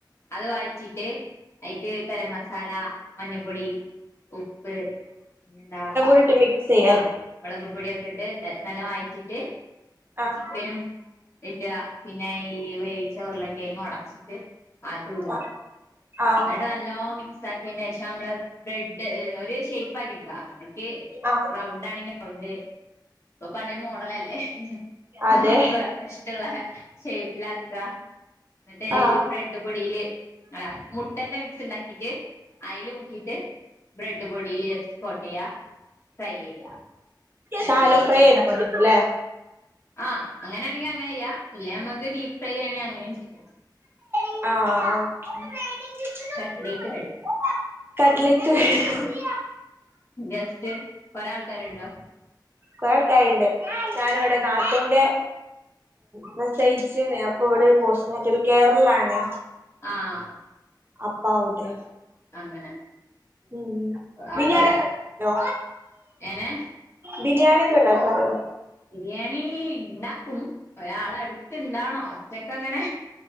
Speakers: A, on the left; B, on the right.
A: അത് വായിച്ചിട്ട് ഐക്ക് ഗരം മസാല മഞ്ഞപ്പൊടി ഉപ്പ് എന്താ
B: ന്നിട്ട് മിക്സി
A: ആഹ മുളക്പൊടി ഒക്കെ ഇട്ട് നല്ല വഴച്ചിട്ട്
B: ആഹ്
A: ചിക്കനും ഇടുക പിന്നെ ഈ വേവിച്ച ഉരുളക്കിഴങ്ങ് ഒടച്ചിട്ട് അതൂടാ
B: ആഹ് ആഹ്
A: എന്നിട്ട് നല്ലോ മിക്സ് ആക്കിനെ ശേഷം നമ്മള് ബ്രെഡ് ഒരു ഷേപ്പ് ആക്കി എടുക്ക നമ്മക്ക്
B: ആഹ്
A: റൗണ്ട് ആണെങ്കിൽ റൗണ്ട് ഇപ്പൊ പലെ മോഡലല്ലേ
B: അതെ
A: നമുക്ക്
B: അതെ
A: മ ഷേപ്പിലാക്കുക ന്നിട്ട്
B: ആഹ്
A: ഈ ബ്രെഡ് പൊടില് അല്ല മു മുട്ടൻ്റെ മിക്സ് ഇണ്ടാക്കിട്ട് അയിൽ മുക്കിയിട്ട് ബ്രെഡ് പൊടിൽ ജസ്റ്റ് കെട്ട യ ഫ്രൈ ചെയ്യാം കട്ലേറ്റ്
B: ശാലോ ഫ്രൈ
A: റെഡി
B: ചെയ്താ മതിയാവും ല്ലേ
A: ആഹ അങ്ങനാണെങ്കിൽ അങ്ങനെയ്യാം ഇല്ല നമുക്ക് ഡീപ്പ് ഫ്രൈ ചെയ്യണങ്കിൽ അങ്ങനെയും ചെയ്യാം
B: ആഹ്
A: കട്ലേറ്റ് റെഡി
B: <unintelligible>
A: ഗസ്റ്റ് കുറെ ആൾക്കാരുണ്ടോ
B: കുറെ ആൾക്കാറിണ്ട് ഞാന് ഇവിടെ നാത്തുന്റെ പ്രസവിച്ചിണ് അപ്പൊ ഇവിടെ ഒരു പോസ്റ്റ് മോട്ടില് കെയർ ലാണ്
A: ആഹ്
B: അപ്പവിടെ
A: അങ്ങനെ
B: ഉം ബിരിയാണി
A: അപ്പൊ
B: ക്കെ
A: എനെ
B: ബിരിയാണി ഒക്കെ ഉണ്ടാക്കറിയോ
A: ബിരിയാണി ഉണ്ടാക്കും ഒരാള അടുത്ത്ണ്ടാകണോ ഒറ്റക്ക അങ്ങനെ